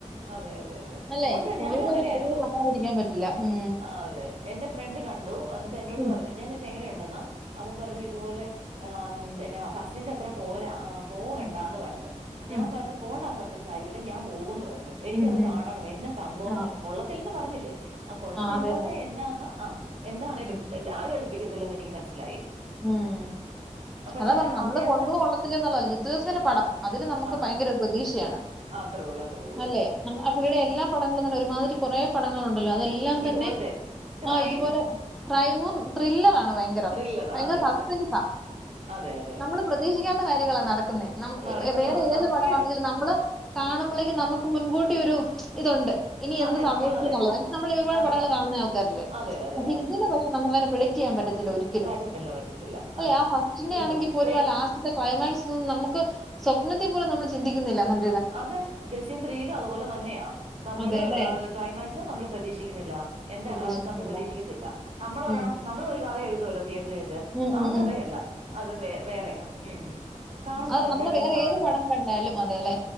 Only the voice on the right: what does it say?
അതെ അതെ അതെ
ഉണ്ട്
ഞാനും അങ്ങനെയായിരുന്നു.
ആ, അതെ. എന്റെ ഫ്രണ്ട് കണ്ടു എന്നിട്ട് എന്നോട്
പറഞ്ഞു ഞാൻ ചോയിച്ചു എങ്ങനെ ഉണ്ടെന്ന് അപ്പൊ പറഞ്ഞു ഇതുപോലെ ഏഹ് ന്നെ ഫസ്റ്റിന്റെ അത്ര പോരാ പോവണ്ടാ
എന്ന് പറഞ്ഞു ഞാൻ
പറഞ്ഞു പോണ്ടാന്ന് പറഞ്ഞിട്ട് കാര്യവില്ല ഞാൻ പോകൂന്ന് പറഞ്ഞു എനിക്കത്
കാണണം എന്നാ സംഭവംന്ന
കൊള്ളത്തില്ലന്ന് പറഞ്ഞില്ലേ ആ കൊള്ളത്തില്ലാത്ത
എന്നാന്ന് ആഹ് എന്താണേലും
ലാരും അടുപ്പിക്കത്തില്ലന്ന് എനിക്ക് മനസ്സിലായി
പക്ഷെ
അത്യാവശ്യം
അതെ.
അത്രേ ഉള്ളു അത്രേ ഉള്ളു
ഇതുപോലത്തെ
ക്രൈം,
ത്രില്ലർ
അതെ,
അതെ. അതെ, അതെ,
അതെ.
നടക്കുന്നത്
സത്യം.
അതെ
നമ്മൾ അതെ
അ-
അതെ
അതെ അതെ
പാറ്റത്തില്ല പറ്റത്തില്ല
അതെ
ഇതും
സെയിം
അതെ ദൃശ്യം ത്രീയിലും അതുപോലെ തന്നെയാ നമ്മള്
ഏഹ് അ ക്ലൈമാക്സ് ല് നമ്മൾ പ്രതീക്ഷിക്കുന്നില്ല എന്താ
നമ്മൾ പ്രതീക്ഷിക്കത്തില്ല നമ്മൾ ഒരെണം
നമ്മൾ ഒര് കഥ എഴുതുവല്ലോ തിയേറ്ററി വെച്ച്
ആ
കഥയല്ല
അത് വേ വേറെയാ ഉം ഉം കാണണം
എന്താണെങ്കിലും
കാണ്